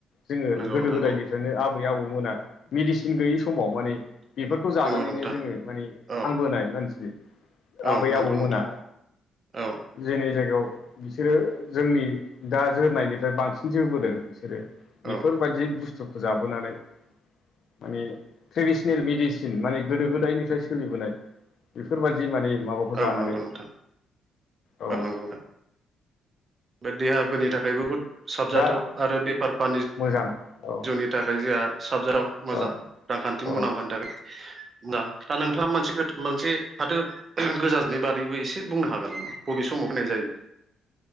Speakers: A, on the left; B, on the right.
A: जोङो
B: नंगौ
A: गोदो
B: नोंथां
A: गोदायनि
B: औ
A: जोनो आबै आबौमोना मेडिसिन गैयि समाव माने बेफोरखौ जानानैनो
B: नंगौ नोंथां
A: जोङो माने
B: औ
A: थांबोनाय मानसि
B: औ
A: आबै
B: नंगौ
A: आबौमोना
B: नोंथां औ
A: जोंनि जायगायाव बिसोरो जोंनि दा जोरनायनिफ्राय बांसिन जोबोदों बिसोरो बेफोरबायदि
B: औ
A: बुस्थुखौ जाबोनानै माने ट्रेडिसनेल मेडिसिन माने गोदो गोदायनिफ्राय सोलिबोनाय बेफोरबायदि माने माबाखौ
B: औ
A: जानानै
B: नंगौ नोंथां
A: औ
B: नंगौ नोंथां बे देहाफोरनि थाखाय बहुद साबजाथाव
A: दा
B: आरो बेफार <unintelligible> फानि
A: मोजां औ
B: जुनि थाखाय जोंहा साबजाथाव मोजां
A: औ
B: रांखान्थि
A: औ
B: मुलाम्फानि थाखाय दां दा नोंथाङा मोनसेथ मोनसे फाथो गोजाननि बारैबो एसे बुंनो हागोन नामा बबे समाव फोनाय जायो?